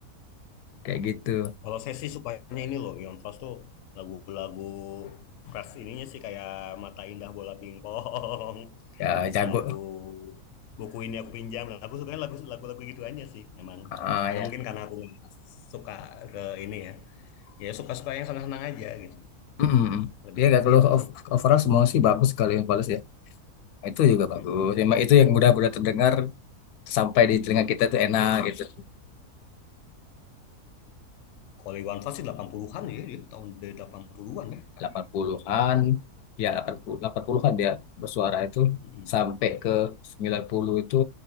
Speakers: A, on the left (about 80°); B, on the left (about 65°).
A: kayak gitu
B: Kalau saya sih sukanya ini loh, Iwan Fals tuh lagu-lagu pras ininya sih kayak Mata Indah Bola Pingpong, <laughs>
A: ya
B: terus
A: jago
B: lagu buku ini aku pinjam. Nah, Aku sukanya lagu lagu-lagu gitu aja sih, emang.
A: ah
B: Karena
A: ya
B: mungkin karena aku nggak suka ke ini ya, ya suka-suka yang senang-senang aja gitu,
A: Mm-mm.
B: lebih
A: dia
B: ke
A: gak
B: situ.
A: keluh ov- overall semua sih bagus kalau yang Palace ya itu juga
B: Mm-mm.
A: bagus memang itu yang mudah-mudah terdengar sampai di telinga kita itu enak gitu
B: Kalau Iwan Fals sih 80-an ya, dia tahun dari 80-an ya kan.
A: 80-an ya delapan puluh delapan 80-an dia bersuara itu
B: Mm-mm.
A: sampai ke 90 itu